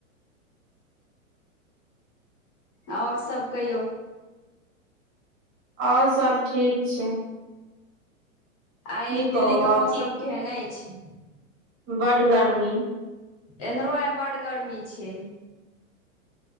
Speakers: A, on the left (about 40°); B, on the right (about 30°).
A: ओर सब कहियौ
B: ओर सब ठीक छै
A: आइ
B: की कहू
A: दिल्ली के
B: आओर
A: मौसम केहन अछि
B: बड्ड गर्मी
A: इम्हरो आइ बड्ड गर्मी छै